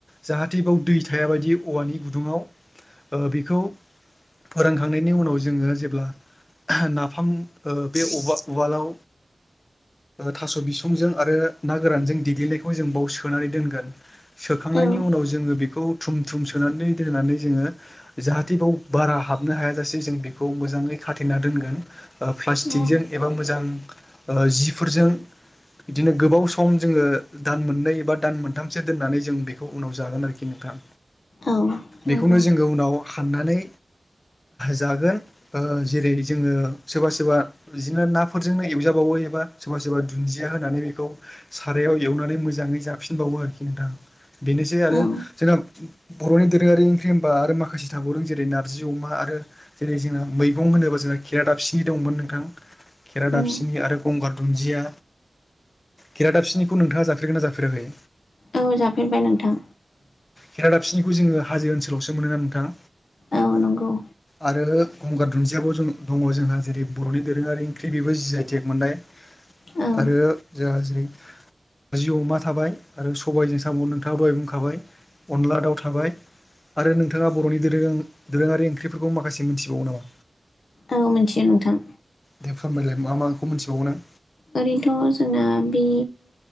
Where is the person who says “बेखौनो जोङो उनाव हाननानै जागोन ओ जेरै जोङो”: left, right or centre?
Left